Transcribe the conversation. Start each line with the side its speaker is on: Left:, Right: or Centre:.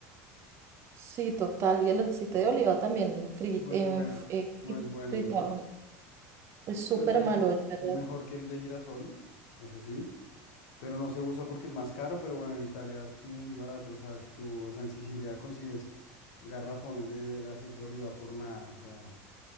Right: Sí, total. Y el aceite de oliva también fri-
Left: No
Right: en
Left: es buena,
Right: f- eh,
Left: no
Right: fri-
Left: es bueno,
Right: fritado.
Left: no es bueno.
Right: Es es súper
Left: Pero es mejor,
Right: malo, es verdad.
Left: es mejor que el de girasol, eso sí. pero no se usa porque es más caro, pero bueno, en Italia es muy barato, o sea, si tú, o sea, en Sicilia consigues garrafones de aceite de oliva por nada, o sea,